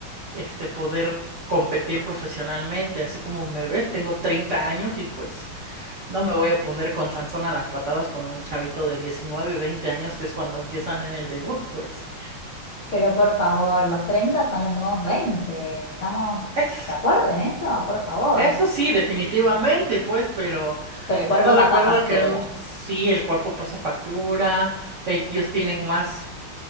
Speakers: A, on the right; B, on the left.
A: este, poder competir profesionalmente. Así como me ves, tengo 30 años y pues no me voy a poner con Sansón a las patadas con un chavito de 19 20 años, que es cuando empiezan en el debut, pues.
B: Pero por favor,
A: Sí.
B: los 30 son los nuevos 20. ¿Estamos
A: Eso,
B: de acuerdo en eso? Por favor.
A: eso sí, definitivamente, pues, pero
B: Pero el
A: ¿estás
B: cuerpo
A: de
B: pasa
A: acuerdo
B: factura.
A: que mm, sí, el cuerpo pasa factura, ellos tienen más